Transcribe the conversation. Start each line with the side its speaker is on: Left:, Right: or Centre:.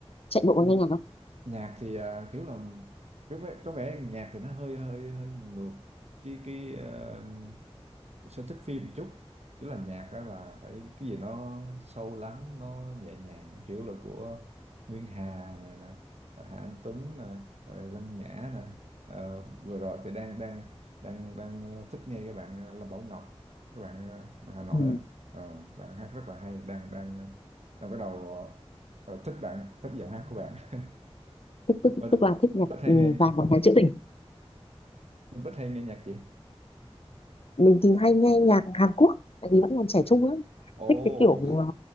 Left: chạy bộ có
Right: ừ.
Left: nghe nhạc không
Right: nhạc thì à, kiểu là kiểu vẻ- có vẻ nhạc thì nó hơi hơi hơi ngược cái cái ờ, sở thích phim một chút kiểu là nhạc đó là phải cái gì nó sâu lắng nó nhẹ nhàng á. kiểu là của Nguyên Hà này nè rồi Hà Anh Tuấn này rồi Lân Nhã này Ờ, vừa rồi thì đang đang đang đang ờ, thích nghe các bạn ờ, Lâm Bảo Ngọc các bạn ờ, ở Hà Nội
Left: ừ.
Right: á Ờ, bạn hát rất là hay đang đang ờ, đang bắt đầu ờ, thích bạn thích giọng hát của bạn <laughs>
Left: tức tức
Right: Mình,
Left: tức là thích
Right: mình
Left: nhạc
Right: rất hay
Left: ừ,
Right: nghe
Left: vàng và nhạc trữ tình
Right: mình rất hay nghe nhạc gì
Left: mình thì hay nghe nhạc Hàn Quốc tại vì vẫn còn trẻ trung lắm
Right: ồ
Left: thích cái kiểu ờ,